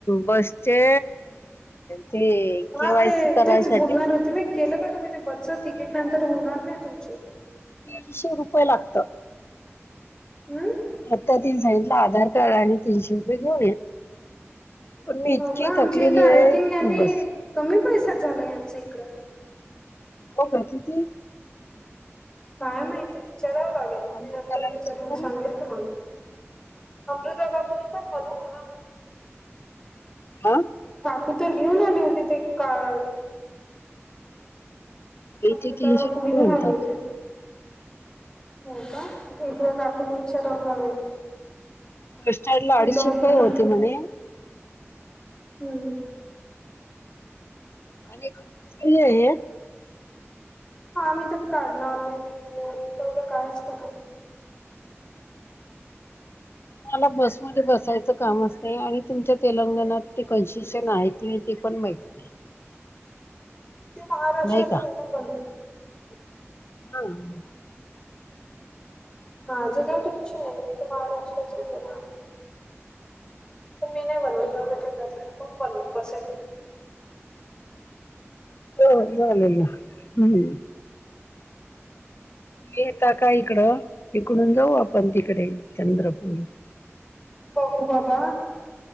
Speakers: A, on the left; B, on the left.
A: बसचे. ते.
B: ह
A: केवायसी
B: ते
A: करायसाठी
B: तेच बोलणार होती मी केलं का तुम्ही ते बसचं तिकीट नंतर होणार नाही तुमचे.
A: तीनशे रुपये लागत.
B: हम्म
A: आत्ता तीन सांगितलं आधार कार्ड आणि तीनशे रुपये घेऊन या पण मी इतकी
B: हो का आमच्या
A: थकलेली
B: इथं आय
A: आहे
B: थिंक
A: की
B: यांनी
A: बस.
B: कमी पैशात झालं यांचं इकड.
A: हो का किती.
B: काय माहिती विचारावं लागेल
A: अमृताला
B: मी नंतर विचारून
A: विचार बरं
B: सांगेल तुम्हाला. अमृता काकूणी पण बनव ना ना
A: आ
B: काकू तर घेऊन आली होती ते कार्ड अमृता
A: इथे तीनशे
B: काकू
A: रुपये
B: घेऊन
A: म्हणतात
B: आली होते हो का एकदा काकून विचारावे लागेल
A: बस स्टँडला अडीचशे
B: बन
A: रुपये
B: प
A: होते म्हणे
B: हम्म <unintelligible>
A: आणि कंपल्सरी आहे
B: हा आम्ही तर काढणार नाही दिदी कायच करत
A: मला बसमध्ये बसायचं काम असते आणि तुमच्या तेलंगणात ते कन्सेशन आहे की नाही ते पण माहित <inaudible>
B: ते महाराष्ट्रातले
A: नाही का
B: आहे ना पण.
A: <unintelligible>
B: माझं काही टेन्शन नाही. मी तर महाराष्ट्राचीच ए ना? त मी नाही बनवत. जाऊ द्या फेका तिकडे. कोण बनवत बसेल?
A: हो
B: ह ना
A: झालेली. हम्म. येता का इकडं? इकडून जाऊ आपण तिकडे चंद्रपूर.
B: बघू बाबा.